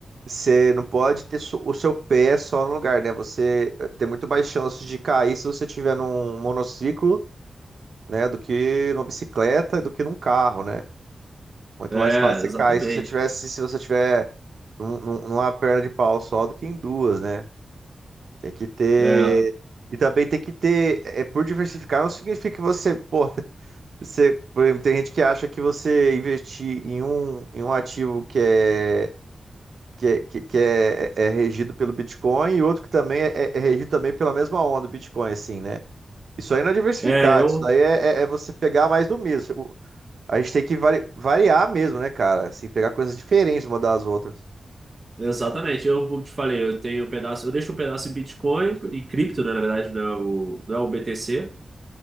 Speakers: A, on the right; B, on the right.
A: Você não pode ter so- o seu pé só no lugar, né? Você eh, tem muito mais chances de cair se você tiver num monociclo, né, do que numa bicicleta, do que num carro, né? Muito
B: É,
A: mais fácil você
B: exatamente.
A: cair se você tivesse, se você tiver num- num- numa perna de pau só do que em duas, né? Tem que ter.
B: É,
A: E também tem que ter. É, por diversificar não significa que você, pô, <laughs> você, por exemplo, tem gente que acha que você investir em um, em um ativo que é, que é, que, que é, é regido pelo Bitcoin e outro que também é, é é regido também pela mesma onda do Bitcoin, assim, né? Isso aí não é diversificar,
B: é, eu
A: isso daí é, é, é você pegar mais do mesmo. O- A gente tem que vari- variar mesmo, né, cara? Assim, pegar coisas diferentes uma das outras.
B: exatamente. Eu como te falei, eu tenho um pedaço, eu deixo um pedaço em Bitcoin, em cripto, né, na verdade, não é o, não é o BTC.